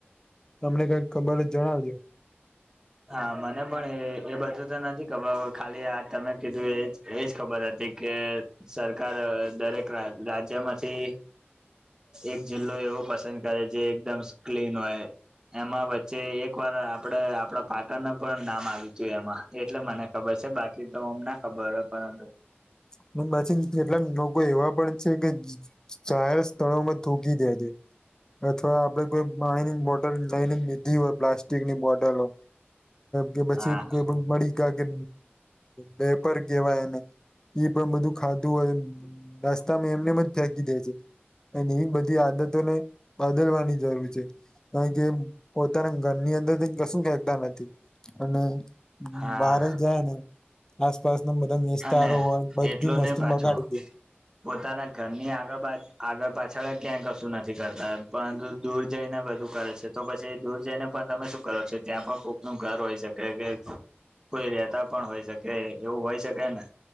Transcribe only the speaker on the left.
તમને કઈ ખબર જ જણાવજો
પછી કેટલાક લોકો એવા પણ છે કે ચહેર સ્થળોમાં થૂકી દે છે અથવા આપડે કોઈ પાણીની બોટલ લઈને લીધી હોય પ્લાસ્ટિકની બોટલો કે પછી
કોઈ મળી ગ કે બેેપર કેવાય એને એ પણ બધું ખાધું હોય નાસ્તામાં એમનેજ ફેકી દે છે એ એ બધી આદતોને બદલવાની જરૂર છે કાર કે પોતાના ઘરની અંદર કશું કતા નથી અને
બાર જ જાય ને આસપાસ ના બધા વિસ્તારો
હોય બધી
વસ્તુ
બગાડી દે